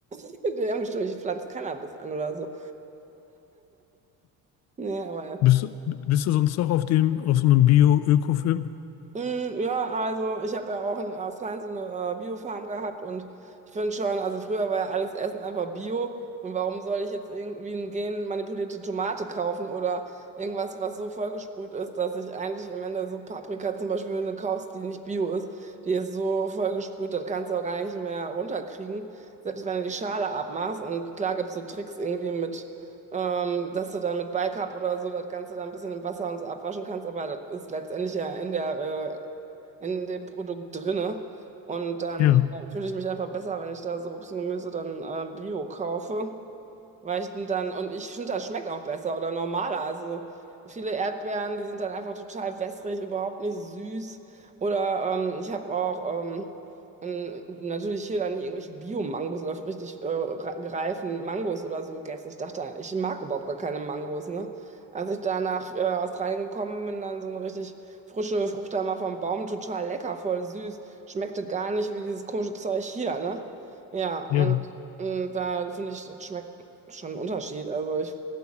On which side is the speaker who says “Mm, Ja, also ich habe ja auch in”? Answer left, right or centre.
Right